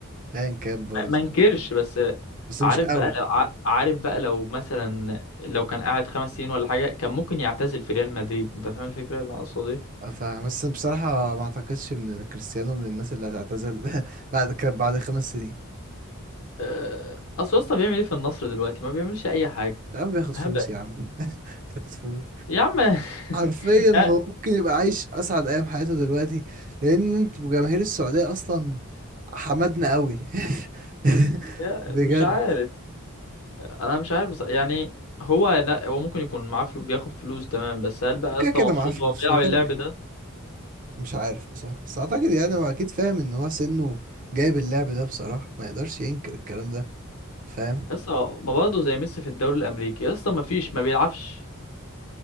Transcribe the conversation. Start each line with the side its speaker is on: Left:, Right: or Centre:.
Right: أيا كان برضه
Left: ما ما انكرش بس
Right: بس
Left: عارف
Right: مش قوي
Left: بقى لو ع- عارف بقى لو مثلا لو كان قاعد خمس سنين ولا حاجه كان ممكن يعتزل في ريال مدريد انت فاهم الفكره اللي انا اقصد ايه
Right: اه فاهم بس بصراحة ما أعتقدش إن كريستيانو من الناس اللي هتعتزل <laughs> بعد كان بعد خمس سنين
Left: أه، اصل يا اسطى بيعمل ايه في النصر دلوقتي ما بيعملش اي حاجه
Right: يا عم بياخد فلوس
Left: هبل
Right: يا عم <laughs> بياخد فلوس
Left: يا عم
Right: حرفيا
Left: <laughs>
Right: هو
Left: يا
Right: ممكن يبقى عايش اسعد ايام حياته دلوقتي لان انتوا جماهير السعوديه اصلا حمدنا قوي <laughs>
Left: يا
Right: بجد
Left: مش عارف انا مش عارف بص... يعني هو لا هو ممكن يكون معاه فلو... بياخد فلوس تمام بس هل بقى
Right: وكده
Left: يا اسطى
Right: كده
Left: مبسوط
Right: معاه فلوس
Left: وهو بيلعب
Right: هو كان
Left: اللعب ده
Right: مش عارف بصراحه بس اعتقد يعني هو اكيد فاهم ان هو سنه جايب اللعب ده بصراحه ما يقدرش ينكر الكلام ده فاهم
Left: يا اسطى ما برضه زي ميسي في الدوري الامريكي يا اسطى ما فيش ما بيلعبش